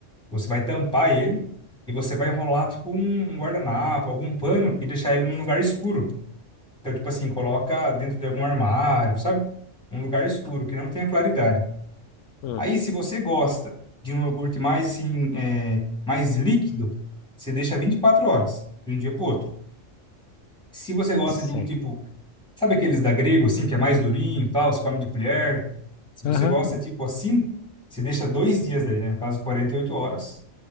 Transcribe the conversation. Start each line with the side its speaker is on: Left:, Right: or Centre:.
Centre: Você vai tampar ele e você vai enrolar tipo um, um guardanapo, algum pano e deixar ele num lugar escuro. Então, tipo assim, coloca dentro de algum armário, sabe? Um lugar escuro que não tenha claridade.
Left: Hum,
Centre: Aí, se você gosta de um iogurte mais assim, é, mais líquido, você deixa 24 horas de um dia para outro. Se você gosta
Left: sei.
Centre: de um tipo Sabe aqueles da Grego, assim, que é mais durinho e tal, se come de colher? Se você
Left: Aham,
Centre: gosta, tipo assim, você deixa dois dias daí, né? No caso, 48 horas,